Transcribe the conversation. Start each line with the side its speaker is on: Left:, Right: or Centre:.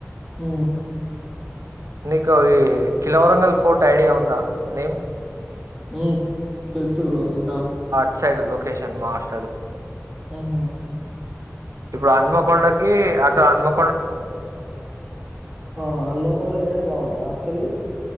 Centre: మ్
Right: నీకు ఈ ఖిల్లావరంగల్ ఫోర్ట్ ఐడియా ఉందా నేమ్.
Centre: ఉ తెల్సుబ్రో ఇన్న
Right: ఇట్స్సైడ్ లొకేషన్ మా అస్టలు
Centre: ఉహు
Right: ఇప్పుడు అన్మకొండకి అటు ఆన్మొ.
Centre: ఆ అన్మకొండకి సైడ్ బాగుంటాయ హాస్టల్లు.